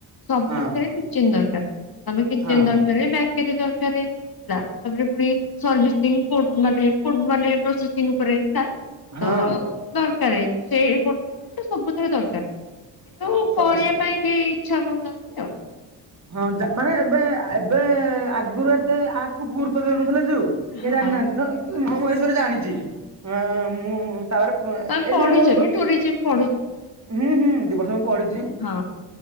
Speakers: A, on the left (about 45°); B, on the right (about 35°).
A: ସବୁଥିରେ
B: ହଁ
A: ଚୀନ୍ ଦରକାର ତମେ କିଚେନ
B: ହଁ
A: ଦରକାରେ ବ୍ୟାକରି ଦରକାରେ। ଲା ତାପରେ ପୁଣି ସର୍ଭିସିଙ୍ଗ ଫୁଡ୍ ମାନେ ଫୁ ମାନେ ପ୍ରୋସେସିଙ୍ଗ ଉପରେ ହେଲା
B: ହଁ
A: ତ ଦରକାରେ ସେଇପ ସବୁଥିରେ ଦରକାର କିନ୍ତୁ,
B: ସ
A: କରିବା
B: ସ
A: ପାଇଁ କେହି ଇଚ୍ଛା କରୁନାହାନ୍ତି ଆଉ।
B: ହଁ, ଯା ମାନେ ଏବେ ଆ ଏବେ ଆଗରୁ ଏତେ ଆକୁ ଗୁରୁତ ଦେଉନଥିଲେ ଯଉ।
A: ହଁ
B: କେ ଜାଣିନାହାନ୍ତି ନ ମ <unintelligible> ଜାଣିଛି। ହଁ, ମୁଁ ତାପରେ ଉ ଏ
A: ତମେ
B: ଏଥିରେ
A: ପଢିଛ
B: ବି ବ
A: ଟୁରିଜିମ୍ ପଢିଛ ନା?
B: ହୁଁ, ହୁଁ, ଦି ବର୍ଷ ମୁଁ ପଢିଛି।
A: ହୁଁ ହଁ,